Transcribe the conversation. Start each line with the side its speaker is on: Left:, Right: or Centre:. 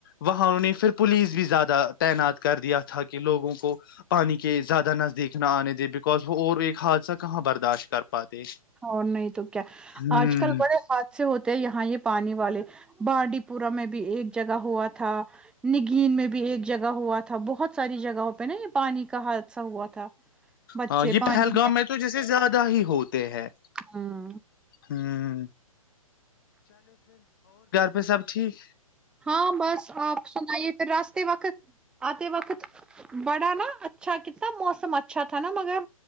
Left: وہاں انہوں نے پھر پولیس بھی زیادہ تعینات کر دیا تھا کہ لوگوں کو پانی کے زیادہ نزدیک نہ آنے دیں بکاز وہ اور ایک حادثہ کہاں براشت کر پاتے
Centre: اور نہیں تو کیا
Left: ہ
Centre: آج کل بڑے حاد سے ہوتے ہیں یہاں یہ پانی والے بانڈی پورا میں بھی ایک جگہ ہوا تھا نگین میں بھی ایک جگہ ہوا تھا بہت ساری جگہوں پہ نا یہ پانی کا حادثہ ہوا تھا بچے
Left: ہاں یہ
Centre: پانی
Left: پہلگام میں تو جیسے زیادہ ہی ہوتے ہیں
Centre: ہاں
Left: ہوں پہ سب ٹھیک
Centre: ہاں بس آپ سنائیے پھر راستے وقت آتے وقت بڑا نا اچھا کتنا موسم اچھا تھا نا مگر